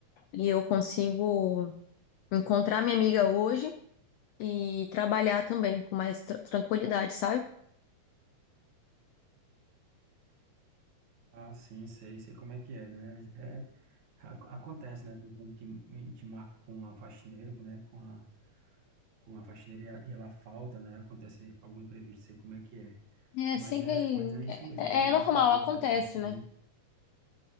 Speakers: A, on the left; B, on the right.
A: E eu consigo encontrar minha amiga hoje e trabalhar também com mais tra- tranquilidade, sabe?
B: ah, sim, sei, sei como é que é, né? É, ac- acontece, né? A gente, a gente marca com a faxineira, né? Com a, com a faxineira e ela, e ela falta, né? Acontece algum imprevisto, sei como é que é.
A: É
B: Mas
A: sempre.
B: é, mas é isso mesmo.
A: É,
B: Eu também
A: é normal,
B: tô,
A: acontece,
B: hoje tô pensando.
A: né?